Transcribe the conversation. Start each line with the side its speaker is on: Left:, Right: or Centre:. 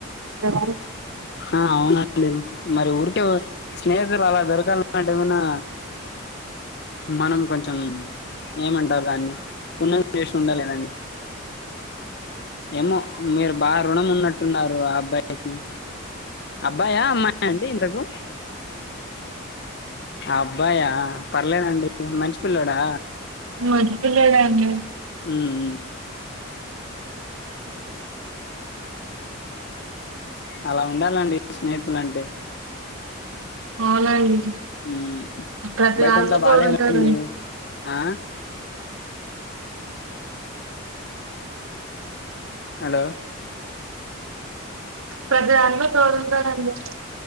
Right: <inaudible>
Left: ఆ అవునండి మరి ఊరికే స్నేహితులు అలా దొరకాలన్నంటే గునా మనం కొంచెం ఏమంటారు దాన్ని పున్నం చేసి ఉండలేదండి ఏమో మీరు బా రుణం ఉన్నట్టున్నారు ఆ అబ్బాయికి అబ్బాయా అమ్మాయా అండి ఇంతకూ అబ్బాయా పర్లేదండి మంచి పిల్లోడా
Right: మంచి పిల్లోడే అండి
Left: ఉ ఉ అలా ఉండాలండి స్నేహితులంటే
Right: అవునండి
Left: ఉమ్
Right: ప్రతి
Left: బయటంతా
Right: దాంట్లో
Left: బాలేదండి
Right: తోడుంటాడు
Left: ఆ హలో
Right: ప్రతి దాంట్లో తోడుంటారండి